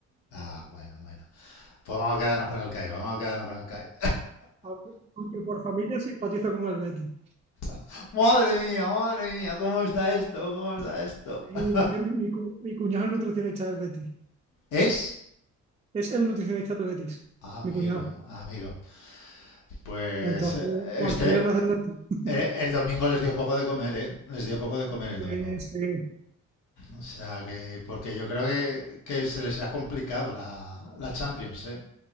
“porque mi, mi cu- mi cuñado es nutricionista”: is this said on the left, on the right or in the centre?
Right